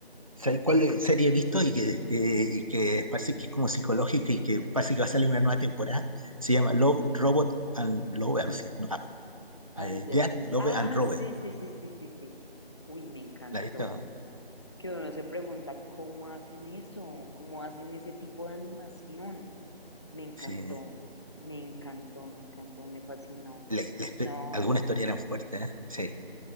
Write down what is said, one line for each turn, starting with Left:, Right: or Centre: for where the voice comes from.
Right: sabes cuál eh, serie he visto y que, eh, y que parece que es como psicológica y que parece que va a salir una nueva temporada? Se llama Love, Robot and Love, algo así. No, ah,
Left: And
Right: eh,
Left: the-
Right: Death, Love
Left: ah,
Right: and Robot.
Left: sí, sí, sí, sí, sí, sí. Uy, me encantó.
Right: ¿La has visto?
Left: Que uno se pregunta cómo hacen eso, cómo hacen ese tipo de animación. Me encantó,
Right: Sí.
Left: me encantó, me encantó, me fascinó.
Right: La, la histo-
Left: No.
Right: alguna historia eran fuertes, ¿eh? Sí.